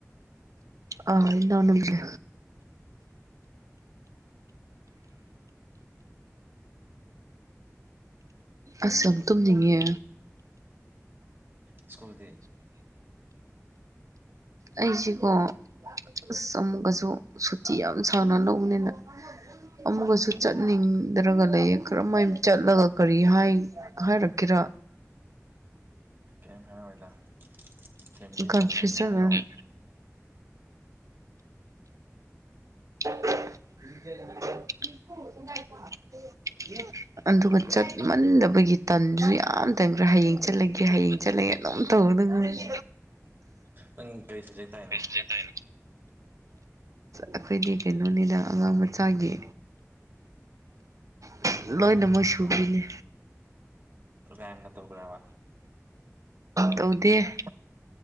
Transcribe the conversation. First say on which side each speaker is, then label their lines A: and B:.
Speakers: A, on the right; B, on the right.
A: ꯑꯥ ꯏꯅꯕꯤꯒꯁꯦ ꯑꯁ ꯌꯥꯝ ꯇꯨꯝꯅꯤꯡꯉꯦ
B: ꯁ꯭ꯀꯨꯜꯗꯤ
A: ꯑꯩꯁꯤꯀꯣ ꯑꯁ ꯑꯃꯨꯛꯀꯁꯨ ꯁꯨꯇꯤ ꯌꯥꯝ ꯁꯥꯡꯅ ꯂꯧꯕꯅꯤꯅ ꯑꯃꯨꯒꯁꯨ ꯆꯠꯅꯤꯡꯗ꯭ꯔꯒ ꯂꯩꯌꯦ ꯀꯔꯝꯍꯥꯏꯅ ꯆꯠꯂꯒ ꯀꯔꯤ ꯍꯥꯏ ꯍꯥꯏꯔꯛꯀꯦꯔ
B: ꯀꯔꯤꯝ ꯍꯥꯏꯔꯛꯑꯣꯏꯗ ꯐꯦꯃꯤꯂꯤ
A: ꯀꯟꯐ꯭ꯌꯨꯁꯟ
B: ꯄ꯭ꯔꯣꯕ꯭ꯂꯦꯝꯅꯦ ꯍꯥꯏꯔꯛꯑꯣ
A: ꯑꯃ <unintelligible> ꯑꯗꯨꯒ ꯆꯠꯃꯟꯗꯕꯒꯤ ꯇꯟꯁꯨ ꯌꯥꯝ ꯇꯟꯕ꯭ꯔꯥ ꯍꯌꯦꯡ ꯆꯠꯂꯒꯦ ꯍꯌꯦꯡ ꯆꯠꯂꯒꯦ ꯑꯗꯨꯝ ꯇꯧꯔ ꯗꯨꯝ ꯂꯩ
B: ꯅꯪ ꯀꯔꯤ ꯁꯞꯖꯦꯛ ꯇꯥꯏꯅꯣ
A: ꯌꯦ ꯇꯩꯔꯣ ꯑꯩꯈꯣꯏꯒꯤ ꯀꯩꯅꯣꯅꯤꯗ ꯑꯉꯥꯡ ꯃꯆꯥꯒꯤ ꯇꯥꯛ ꯂꯣꯏꯅ ꯃꯣꯏ ꯁꯨꯒ꯭ꯔꯤꯅꯤ
B: ꯒꯥꯏꯅ ꯇꯧꯈ꯭ꯔꯦꯕ
A: ꯇꯧꯗꯦ <inaudible>